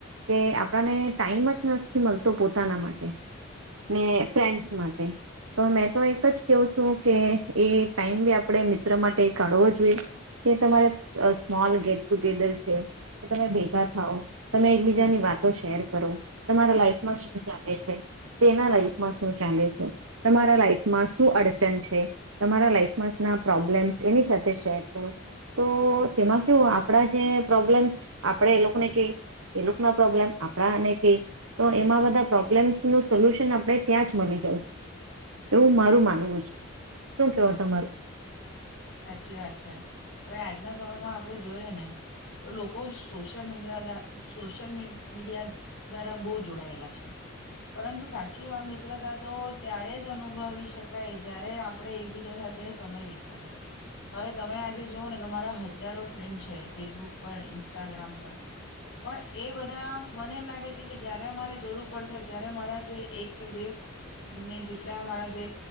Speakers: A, on the right; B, on the left.
A: કે આપણને ટાઈમ જ નથી મળતો પોતાના માટે ને ફ્રેન્ડસ માટે તો મેં તો એક જ કવું છું કે એ ટાઈમ બી આપણે મિત્ર માટે કાઢવો જોઈએ કે તમારે સ્મોલ ગેટ ટુગેધર છે તમે થ તમે એકબીજાની વાતો શેર કરો તમારા લાઈફમાં શું ચાલે છે તેના લાઈફમાં શું ચાલે છે તમારા લાઈફમાં શું અડચન છે તમારા લાઈફમાં ના પ્રોબ્લેમ્સ એની સાથે શેર કરો તો તેમાં કેવુ આપણા જે પ્રોબ્લેમ્સ આપણે એ લોકોને કહી એ લોકો ના પ્રોબ્લેમ આપણાને ક તો એમાં બધા પ્રોબ્લેમ્સ નું સોલ્યુશન આપણે ત્યાં જ મળી જાય છે એવું મારું માનવું છે. શું કેવો તમારું.
B: સાચી વાત છે હવે આજના સમયમાં આપણે જોઈએ ને તો લોકો સોશિયલ મીડિયા સોશિયલ મીડિયા દ્વારા બહુ જોડાયેલા છે પરંતુ સાચી વા મિત્રતા તો ત્યારે જ અનુભવી શકાય જ્યારે આપણે એકબીજા સાથે સમય વિતાવીએ. હવે તમે આજે જોઓ ને તમારા હજારો ફ્રેન્ડ છે ફેસબુક પર ઇન્સ્ટાગ્રામ પર પણ એ બધા મને એમ લાગે છે કે જયારે મારે જરૂર પડશે ત્યારે મારા જે એક કે બે ને જેટલા મારા જે